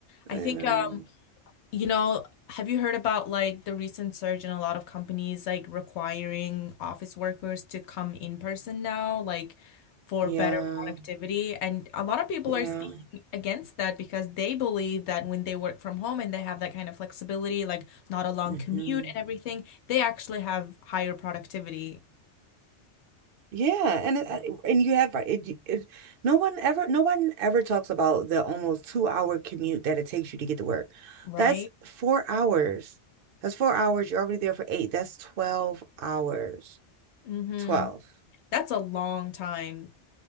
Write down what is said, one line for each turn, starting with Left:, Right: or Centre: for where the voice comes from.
Left: I
Right: I
Left: think
Right: know.
Left: um You know, have you heard about like the recent surge in a lot of companies like requiring office workers to come in person now, like for
Right: Yeah.
Left: better productivity? And a lot of people
Right: Yeah.
Left: are speaking against that because they believe that when they work from home and they have that kind of flexibility, like not a long
Right: hmm
Left: commute and everything, they actually have higher productivity,
Right: Yeah, and it- and you have right, it, it, no one ever no one ever talks about the almost two hour commute that it takes you to get to work.
Left: right?
Right: That's four hours. That's four hours. You're already there for eight. That's 12 hours.
Left: Mm-hmm.
Right: 12.
Left: That's a long time.